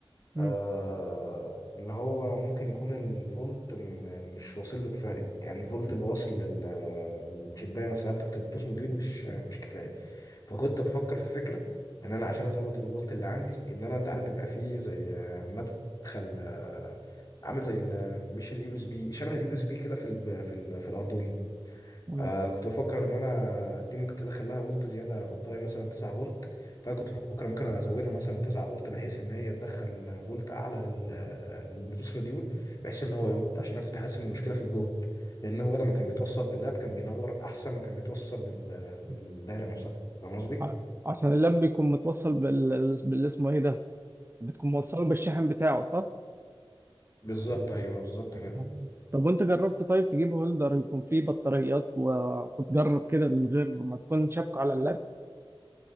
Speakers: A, on the right; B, on the left.
A: مم.
B: آه اللي هو ممكن يكون الفولت م- مش واصل له كفايه يعني الفولت اللي واصل للشبايه نفسها بتاعت البلوتوث دي مش مش كفايه فكنت بفكر في فكره ان انا عشان ازود الفولت اللي عندي ان انا انت عارف بيبقى فيه زي آه، مدخل آه، عامل زي ال- مش اليو اس بي شبه اليو اس بي كده في ال في ال في الاردوينو
A: مم.
B: آه كنت بفكر ان انا دي ممكن تدخل لها فولت زياده بطاريه مثلا 9 فولت فكنت بفكر ممكن ازودها مثلا 9 فولت بحيث ان هي تدخل فولت اعلى لل- للبلوتوث موديول بحيث ان هو يلقط عشان انا كنت حاسس ان المشكله في الجهد لان هو لما كان بيتوصل باللاب كان بينور احسن ما كان بيتوصل بال- بالدايره
A: مم.
B: نفسها فاهم قصدي؟
A: ع- عشان اللاب بيكون متوصل بال بال- اسمه ايه ده بتكون موصله بالشاحن بتاعه صح
B: بالظبط ايوه بالظبط كده
A: آه. طب وانت جربت طيب تجيب هولدر يكون فيه بطاريات و- وتجرب كده من غير ما تكون شابكه على اللاب